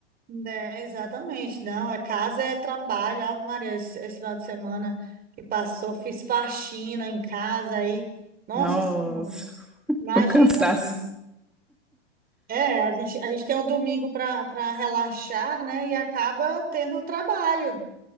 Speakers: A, on the right; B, in the centre.
A: né? Exatamente. Não, é casa é trabalho. Ave Maria, esse, esse final de semana que passou, fiz faxina em casa aí. Nossa
B: Nossa,
A: Senhora.
B: <laughs>
A: Imagina
B: o cansaço.
A: aí. É, a gente, a gente tem um domingo para para relaxar, né? E acaba tendo o trabalho,